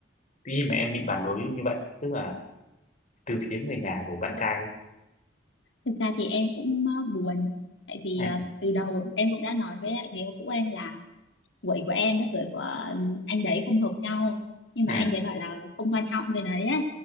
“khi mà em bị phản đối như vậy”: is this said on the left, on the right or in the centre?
Left